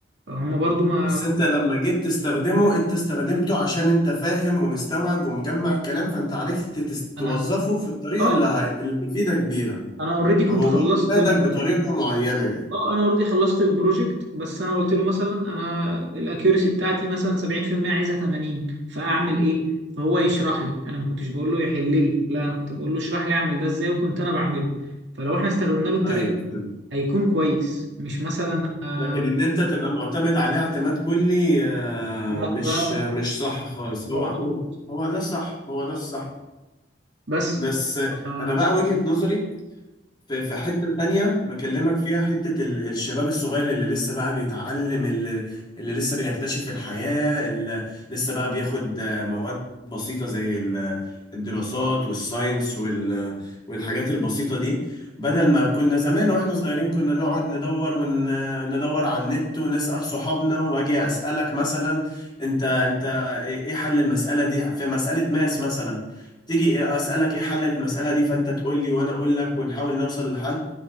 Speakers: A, on the right; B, on the left.
A: فهم برضو ما
B: بس انت لما جيت تستخدمه انت استخدمته عشان انت فاهم ومستوعب ومجمع كلام فانت عرفت تس- توظفه
A: انا
B: في الطريقه
A: اه
B: اللي هي... اللي هيفيدك بيها
A: انا اوريدي كنت
B: فهو
A: خلصت
B: فادك
A: البروجكت
B: بطريقه معينه يعني
A: اه انا اوريدي خلصت البروجكت بس انا قلت له مثلا انا الاكيورسي بتاعتي مثلا 70% عايزها 80 فاعمل ايه فهو يشرح لي انا ما كنتش بقول له يحل لي لا انا كنت بقول له اشرح لي اعمل ده ازاي وكنت انا بعمله فلو احنا استخدمناه بالطريقه
B: ايوه فهمت
A: هيكون كويس مش مثلا آه
B: لكن ان انت تبقى معتمد عليه اعتماد كلي آه،
A: لا
B: مش
A: ده
B: مش صح خالص هو
A: ده غلط
B: هو هو ده الصح هو ده الصح
A: بس
B: بس
A: آه
B: انا بقى وجهة نظري في في حتة تانية بكلمك فيها حتة ال- الشباب الصغير اللي لسه بقى بيتعلم اللي, اللي لسه بيكتشف الحياة اللي لسه بقى بياخد آه، مواد بسيطة زي ال- الدراسات والساينس وال والحاجات البسيطة دي بدل ما كنا زمان واحنا صغيرين كنا نقعد ندور وندور على النت ونسأل صحابنا واجي أسألك مثلا انت انت ايه إيه حل المسألة دي في مسألة ماس مثلا تيجي اسالك ايه حل المساله دي فانت تقول لي وانا اقول لك ونحاول نوصل لحل